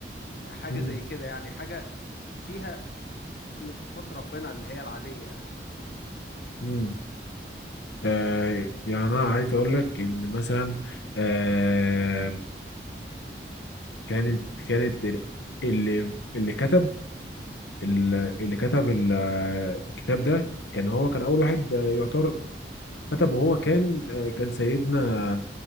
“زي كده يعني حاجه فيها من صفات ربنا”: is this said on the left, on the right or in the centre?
Left